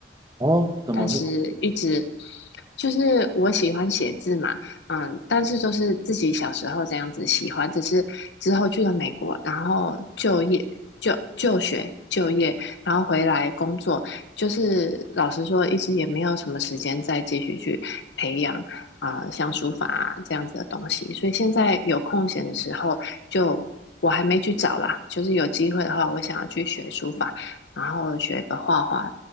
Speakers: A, on the right; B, on the left.
A: 哦，怎么说？
B: 但是一直就是我喜欢写字嘛，嗯，但是就是自己小时候这样子喜欢，只是之后去了美国，然后就业、就就学、就业，然后回来工作，就是老实说，一直也没有什么时间再继续去培养啊、呃像书法啊这样子的东西，所以现在有空闲的时候就。我还没去找啦，就是有机会的话，我想要去学书法，然后学个画画